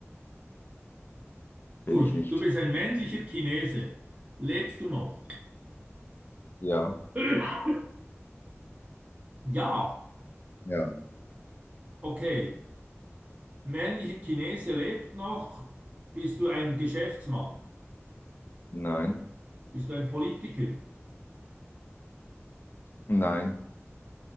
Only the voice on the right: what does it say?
Gut,
du bist ein männlicher Chinese. Lebst du noch?
<clears throat> Ja,
okay. Männlicher Chinese lebt noch. Bist du ein Geschäftsmann?
Bist du ein Politiker?